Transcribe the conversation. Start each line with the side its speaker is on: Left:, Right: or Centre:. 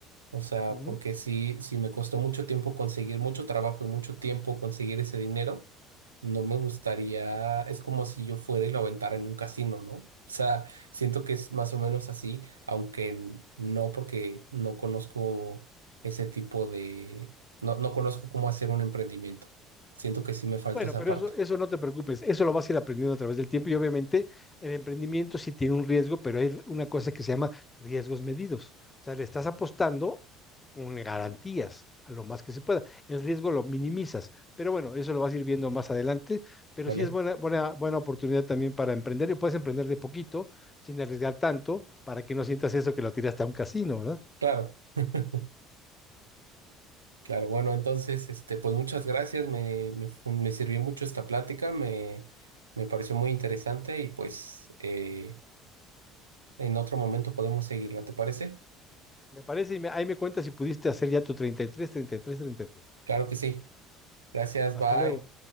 Right: O sea,
Left: Uh -huh.
Right: porque sí, sí me costó mucho tiempo conseguir mucho trabajo y mucho tiempo conseguir ese dinero, no me gustaría, es como si yo fuera y lo aventara en un casino, ¿no? O sea, siento que es más o menos así, aunque n- no porque no conozco ese tipo de, no, no conozco cómo hacer un emprendimiento. Siento que sí me falta
Left: Bueno,
Right: esa
Left: pero
Right: parte,
Left: eso, eso no te preocupes, eso lo vas a ir aprendiendo a través del tiempo y obviamente el emprendimiento sí tiene un riesgo, pero hay una cosa que se llama riesgos medidos. O sea, le estás apostando con garantías a lo más que se pueda. El riesgo lo minimizas, pero bueno, eso lo vas a ir viendo más adelante, pero
Right: ¿vale?
Left: sí es buena, buena, buena oportunidad también para emprender y puedes emprender de poquito, sin arriesgar tanto, para que no sientas eso que lo tiraste a un casino, ¿verdad?
Right: Claro. <laughs> Claro, bueno, entonces, este, pues muchas gracias, me, me, fu- me sirvió mucho esta plática, me, me pareció muy interesante y pues eh, en otro momento podemos seguirla, ¿te parece?
Left: Me parece y me- ahí me cuentas si pudiste hacer ya tu 33, 33, 33.
Right: Claro que sí. Gracias,
Left: Hasta
Right: bye.
Left: luego.